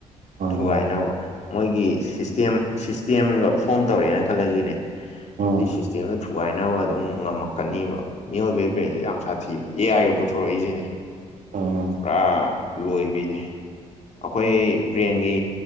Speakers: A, on the right (about 60°); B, on the left (about 45°).
A: ꯎꯝ
B: ꯊꯨꯒꯥꯏꯅꯕ ꯃꯣꯏꯒꯤ ꯁꯤꯁꯇꯦꯝ ꯁꯤꯁꯇꯦꯝꯒ ꯐꯣꯝ ꯇꯧꯔꯑꯦꯅ ꯈꯜꯂꯁꯤꯅꯦ
A: ꯎꯝ
B: ꯑꯗꯨꯏ ꯁꯤꯁꯇꯦꯝꯗ ꯊꯨꯒꯥꯏꯅꯕ ꯑꯗꯨꯝ ꯉꯝꯃꯛꯀꯅꯦꯕ ꯃꯤꯑꯣꯏꯕꯒꯤ ꯕ꯭ꯔꯦꯟꯗ ꯌꯥꯝ ꯁꯥꯊꯤꯕ ꯑꯦ ꯑꯥꯏꯒ ꯄꯨꯊꯣꯔꯛꯏꯁꯤꯅꯦ
A: ꯎꯝ
B: ꯄꯨꯔꯥ ꯂꯣꯏꯕꯤꯅꯦ ꯑꯩꯈꯣꯏ ꯒ꯭ꯔꯦꯟꯒꯤ